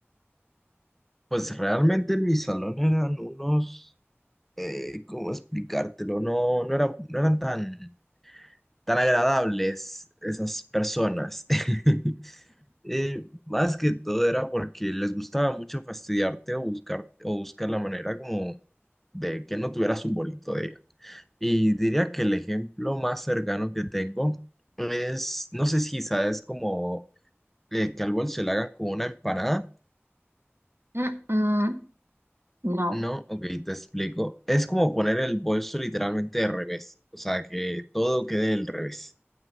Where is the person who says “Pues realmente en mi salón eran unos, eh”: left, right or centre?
Centre